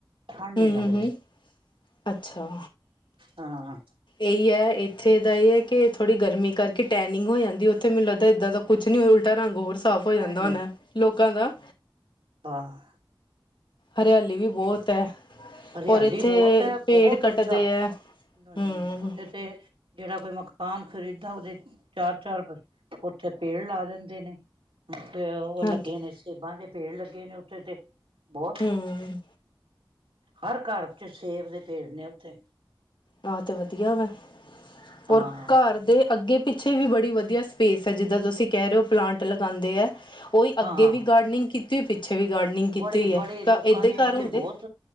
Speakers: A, on the right (about 85°); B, on the left (about 60°).
A: ਠੰਢ
B: ਹੁੰ,
A: ਨਹੀਂ ਲੱਗਦੀ
B: ਹੁੰ, ਹੁੰ ਅੱਛਾ।
A: ਹਾਂ।
B: ਏ ਇ ਹੈ ਇੱਥੇ ਦਾ ਇਹ ਹੈ ਕਿ ਥੋੜ੍ਹੀ ਗਰਮੀ ਕਰਕੇ ਟੈਨਿੰਗ ਹੋ ਜਾਂਦੀ ਉੱਥੇ ਮੈਨੂੰ ਲੱਗਦਾ ਇੱਦਾਂ ਦਾ ਕੁਛ ਨਹੀਂ ਉਲਟਾ ਰੰਗ ਹੋਰ
A: ਨਹੀਂ
B: ਸਾਫ਼ ਹੋ ਜਾਂਦਾ ਹੋਨਾ ਏ ਲੋਕਾਂ ਦਾ।
A: ਆਹ।
B: ਹਰਿਆਲੀ ਵੀ ਬਹੁਤ ਹੈ
A: ਹਰਿਆਲੀ
B: ਔਰ ਇੱਥੇ
A: ਬਹੁਤ ਹੈ
B: ਪੇੜ
A: ਬਹੁਤ
B: ਕੱਟਦੇ
A: ਅੱਛਾ
B: ਹੈ।
A: ਨਹੀਂ,
B: ਹੂੰ
A: ਨਹੀਂ ਉੱਥੇ ਤੇ ਜਿਹੜਾ ਕੋਈ ਮ ਕਾਨ ਖ਼ਰੀਦਦਾ ਉਹਦੇ ਚਾਰ, ਚਾਰ ਉੱਥੇ ਪੇੜ ਲਾ ਦਿੰਦੇ ਨੇ। ਤੇ ਉਹ
B: ਹਾਂਜੀ
A: ਲੱਗੇ ਨੇ ਸੇਬਾਂ ਦੇ ਪੇੜ ਲੱਗੇ ਨੇ ਉੱਥੇ ਤੇ ਬਹੁਤ।
B: ਹੁੰ।
A: ਹਰ ਘਰ ਚ ਸੇਬ ਦੇ ਪੇੜ ਨੇ ਉੱਥੇ।
B: ਆਹ ਤੇ ਵਧੀਆ ਵਾ
A: ਹਾਂ
B: ਔਰ ਘਰ ਦੇ ਅੱਗੇ ਪਿੱਛੇ ਵੀ ਬੜੀ ਵਧੀਆ ਸਪੇਸ ਹੈ ਜਿੱਦਾਂ ਤੁਸੀਂ ਕਹਿ ਰਹੇ ਹੋ ਪਲਾਂਟ ਲਗਾਉਂਦੇ ਐ। ਉਹੀ ਅੱਗੇ
A: ਹਾਂ
B: ਵੀ
A: ਹਾਂ
B: ਗਾਰਡਨਿੰਗ ਕੀਤੀ ਹੋਈ ਪਿੱਛੇ ਵੀ ਗਾਰਡਨਿੰਗ ਕੀਤੀ
A: ਬੜੇ
B: ਹੋਈ ਹੈ
A: ਬੜੇ ਲੋਕਾਂ
B: ਏਦੇ
A: ਨੇ
B: ਘਰ
A: ਉੱਥੇ
B: ਹੁੰਦੇ।
A: ਬਹੁਤ